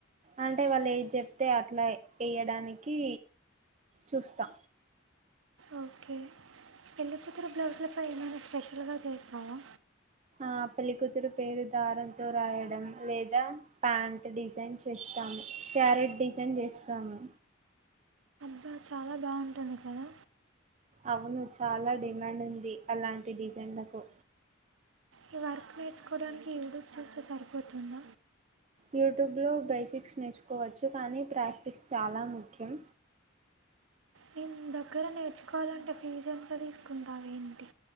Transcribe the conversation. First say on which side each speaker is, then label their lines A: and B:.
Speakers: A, on the right; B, on the right.
A: అంటే వాళ్ళు ఏది చెప్తే అట్లా చేయడానికి చూస్తా
B: ఓకే పెళ్లికూతురు బ్లౌజ్లపై ఏమైనా స్పెషల్గా చేస్తావా
A: ఆ పెళ్లి కూతురు పేరు దారంతో రాయడం లేదా ప్యాంట్ డిజైన్ చేస్తాము ప్యారేట్ డిజైన్ చేస్తాము
B: బా చాలా బాగుంటుంది కదా
A: అవును చాలా డిమాండ్ ఉంది అలాంటి డిజైన్లకు
B: ఈ వర్క్ నేర్చుకోవడానికి యూట్యూబ్ చూస్తే సరిపోతుంద
A: యూట్యూబ్ లో బేసిక్స్ నేర్చుకోవచ్చు కానీ ప్రాక్టీస్ చాలా ముఖ్యం.
B: నేను దగ్గర నేర్చుకోవాలంటే ఫీజ్ ఎంతా తీసుకుంటావు ఏంటి